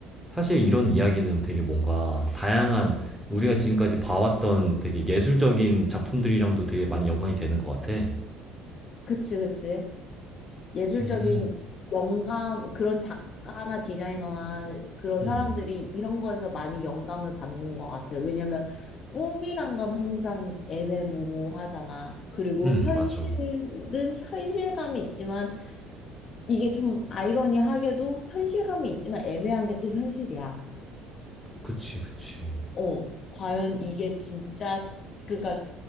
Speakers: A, in the centre; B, on the left (about 35°).
A: 사실 이런 이야기는 되게 뭔가 다양한 우리가 지금까지 봐왔던 되게 예술적인 작품들이랑도 되게 많이 연관이 되는 것 같아.
B: 그치, 그치. 예술적인
A: 음,
B: 영감, 그런 작가나 디자이너나 그런
A: 음,
B: 사람들이 이런 거에서 많이 영감을 받는 것 같아요. 왜냐면 꿈이란 건 항상 애매모호하잖아. 그리고
A: 음,
B: 현실은
A: 맞아.
B: 현실감이 있지만 이게 좀 아이러니하게도 현실감이 있지만 애매한 게 또 현실이야.
A: 그치, 그치.
B: 어, 과연 이게 진짜, 그러니까